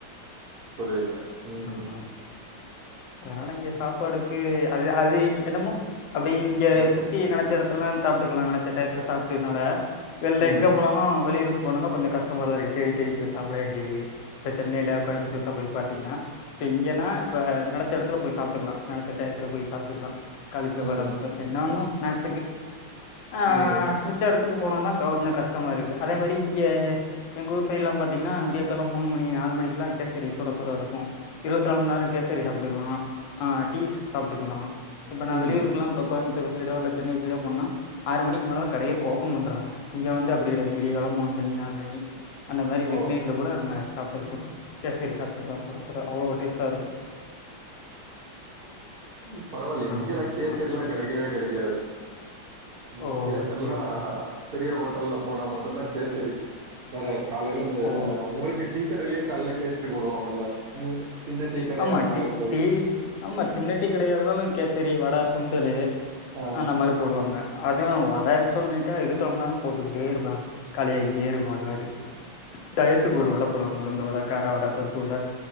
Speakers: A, on the right; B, on the left.
A: புரியுது ம்
B: ஆமாங்க அதனால இங்க சாப்பாடுக்கு அது அது என்னமோ ச் அப்டி இங்க
A: ஆ
B: சு டீ நெனச்ச எடத்துலா சாப்ட்டுக்கலா நெனச்ச டைத்துல சாப்ட்டுனால வெள்ல
A: ம்
B: எங்க இப்பனாலூ வெளியூக்கு போனான கொஞ்சோ கஷ்டமா தா இருக்கு போய் சாப்பிடாடி இப்ப சென்னைல கோயம்பத்தூர்ல போய் பாத்தீங்ன்னா இப்ப இங்கனா இப்ப நெனைச்ச எடத்துல போய் சாப்ட்டுக்கலா நெனைச்ச டயத்துல போய் சாப்ட்டுக்கலா காலிபிளவர்ஆ
A: ம்
B: இருக்கட்டு என்ன வேணுமோ நேக்ஸுக்கு ஆ
A: ம்
B: மிச்ச எடத்துக்கு போனோனா கொஞ்சொ கஷ்டமா இருக்கு அதே மாறி இங்க எங்க ஊரு சைட்லா பாத்த திங்ன்னா விடிய கால மூணு மணி நாலு மணிக்கெல்லாகேசரி சுட சுட இருக்கு இருபத்தி நாலு மணி நேரகேசரி சாப்ட்டுக்கலாஹ் டீஸ் சாப்ட்டுக்கலா இப்போ நா
A: ம்
B: வெளியூருக்கலா இப்ப கோயம்பத்தூரு சைடோ இல்லன்ன சென்னை சைடோ போனா ஆறு மணிக்கு மேல தா கடையே இப்ப ஓபன் பண்றாக இங்க வந்து அப்டி கெடையாது வீடியகாலோ மூனு மணி நாலுமணி அந்த மாறி
A: ஓ
B: நீட்டுல கூட நாங்க சாப்ட்டுக்கலா கேசரி சாப்ட்டுக்கலா சுட சுட அவ்ளோ டேஸ்ட்டா இருக்கு
A: ம் பரவாயில்லயே இங்கல்லா
B: ஆமா
A: கேசரில்லா
B: ஆமா
A: கெடைக்கவே கெடைக்காது ம்
B: ஓ
A: கேசர்ல்லா
B: ஓகே ஓகே
A: பெரிய ஹோட்டல்ல போனா மட்டும்தா கேசடி வேற காலைல இந்த
B: ஓ
A: உங்களுக்கு டீக்கடைலயே காலல கேசரி போடுவாங்கல்ல சின்ன டீ கடையா
B: ஆமா
A: இருந்தாலூ
B: டீ
A: சரி
B: டீ ஆமா தின்னட்டி கடையா இருந்தாலு கேசரி வட சுண்டலு
A: ஆ
B: அந்த மாறி போடுவாங்க அது வடன்னு சொல்லிட்டா இருத்து நாலுமணிநேரமூ போட்டுக்கிட்டே இருப்பே காளியாயிக்கிட்டே இருக்கு அது வாட்டுக்கு டயத்துக்கு ஒரு வட போடுவாங்க உளுந்த வட கார வட பருப்பு வட